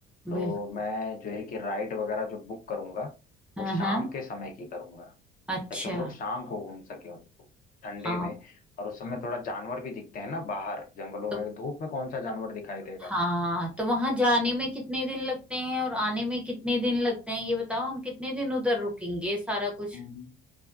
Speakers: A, on the left; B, in the centre.
A: तो
B: बिल्कुल
A: मैं जो है कि राइड वगैरह जो बुक करूंगा
B: हाँ
A: वो शाम
B: हाँ
A: के समय की करूंगा
B: अच्छा
A: ताकि हम लोग शाम को घूम सकें उसको ठंडे
B: हाँ
A: में और उस समय थोड़ा जानवर भी दिखते हैं ना बाहर जंगलों
B: तो
A: में धूप में कौन सा जानवर दिखाई देगा
B: हाँ तो वहां जाने में कितने दिन लगते हैं और आने में कितने दिन लगते हैं ये बताओ हम कितने दिन उधर रुकेंगे सारा कुछ
A: हम्म।